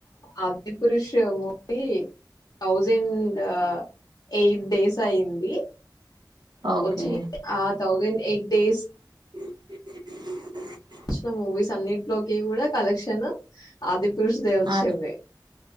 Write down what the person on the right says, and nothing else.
ఓకే
ఆ
అది